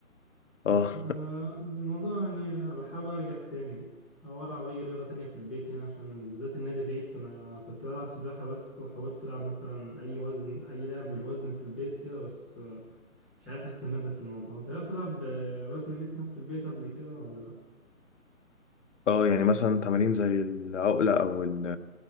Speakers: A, on the left; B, in the centre.
A: اه
B: بس آه الموضوع يعني بحاول ارجع تاني او العب اي رياضه تانية في البيت يعني عشان بالذات النادي بعيد فانا كنت بلعب سباحه بس وحاولت العب مثلا اي وزن اي لعب بالوزن في البيت كده بس آه مش عارف استمر في الموضوع انت بتلعب آه، وزن جسمك في البيت قبل كده ولا لا
A: اه يعني مثلا تمارين زي العقلة او ال